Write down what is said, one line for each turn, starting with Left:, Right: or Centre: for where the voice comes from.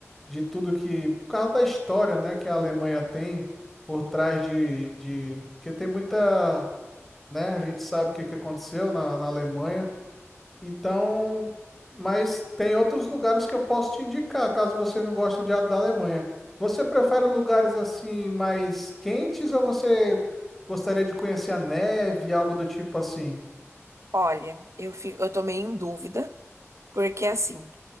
Centre: de tudo que, por causa da história, né, que a Alemanha tem por trás de, de, porque tem muita, né, a gente sabe o que que aconteceu na, na Alemanha. Então, mas tem outros lugares que eu posso te indicar, caso você não goste de da Alemanha. Você prefere lugares assim mais quentes ou você gostaria de conhecer a neve, algo do tipo assim?
Right: Olha, eu fico, eu tô meio em dúvida, porque assim.